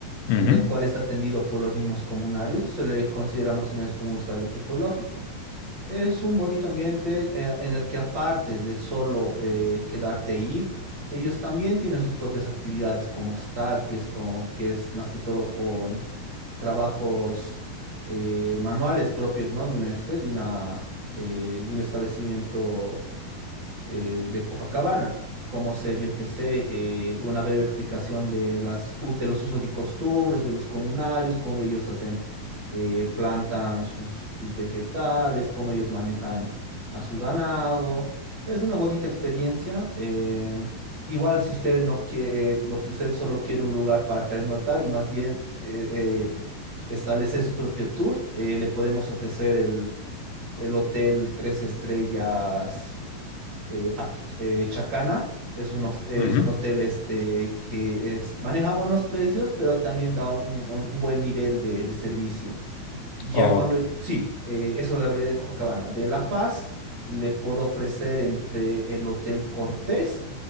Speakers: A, on the left (about 85°); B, on the right (about 45°).
A: Ujú,
B: en el cual está atendido por los mismos comunarios. Se le considera más o menos como un hostal ecológico. Es un bonito ambiente eh, en el que aparte de solo eh, quedarte ahí, ellos también tienen sus propias actividades como hostal, que es, con, que es más que todo trabajos eh, manuales propios, ¿no? De un, este, de una, eh, de un establecimiento eh, de Copacabana. Como ser, yo que sé, eh, una breve explicación de las, us- de los usos y costumbres de los comunarios, cómo ellos hacen, eh, plantan sus, sus vegetales, cómo ellos manejan a su ganado. Es una bonita experiencia. em, Igual si usted no quiere, lo que usted solo quiere un lugar para pernotar y más bien eh, eh, establecer su propio tour. Eh, le podemos ofrecer el, el hotel Tres Estrellas eh, Ac- eh, Chacana. Es un, hos- eh,
A: ujú.
B: es un hotel este, que es- maneja buenos precios, pero también da un, un- un buen nivel de de servicio. Ya
A: Ok,
B: cuando, sí, eh, eso es la variedad de Copacabana. De La Paz le puedo ofrecer entre el Hotel Cortés